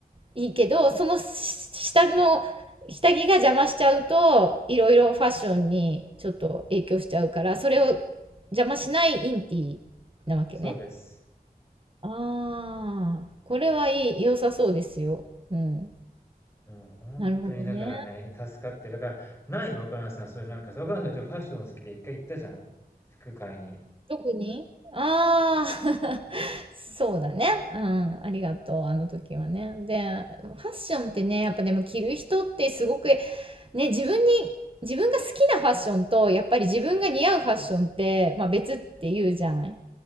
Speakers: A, on the right; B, on the left.
A: いいけど、そのし下の下着が邪魔しちゃうと、いろいろファッションにちょっと影響しちゃうから、それを邪魔しないインティなわけね。
B: そうです。
A: ああ、これはいい、良さそうですよ。うん。
B: もう本当にだからね、
A: なるほどね。
B: 助かってる。だから、ないの若菜さん、そういうなんかさ、若菜さん一応ファッション好きで一回行ったじゃん。服買いに。
A: 特にああー <laughs> そうだね。うん。ありがとう。あの時はね。で、ファッションってね、やっぱでも着る人ってすごく、ね、自分に、自分が好きなファッションと、やっぱり自分が似合うファッションって、まあ別って言うじゃない。